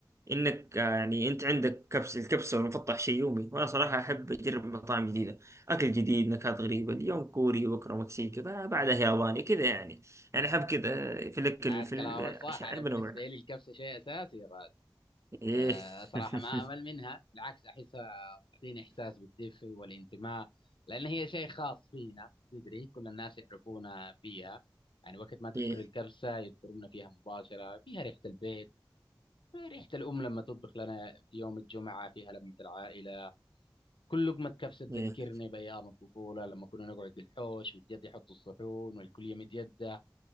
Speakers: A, on the right (about 35°); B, on the left (about 85°).
A: إنك آه، يعني أنت عندك كبس الكبسة والمفطح شيء يومي وأنا صراحة أحب أجرب مطاعم جديدة أكل جديد نكهات غريبة اليوم كوري بكرة مكسيكي بع- بعدها ياباني كذا يعني يعني أحب كذا آه، في
B: <laughs>
A: الأكل
B: عاد
A: في
B: كلامك
A: العشاء
B: صح انا
A: أحب
B: بالنسبة
A: أنوع
B: لي الكبسة شيء اساسي
A: إيه
B: آه، صراحة
A: <laughs>
B: ما أمل منها بالعكس أحسها تعطيني إحساس بالدفء والانتماء لأن هي شيء خاص فينا تدري كل الناس يعرفونا فيها يعني وقت ما تذكر
A: إيه
B: الكبسة يذكرونا فيها مباشرة فيها ريحة البيت ريحة الأم لما تطبخ لنا في يوم الجمعة فيها لمة العائلة كل لقمة كبسة تذكرني
A: إيه
B: بأيام الطفولة لما كنا نقعد بالحوش والجد يحط الصحون والكل يمد يده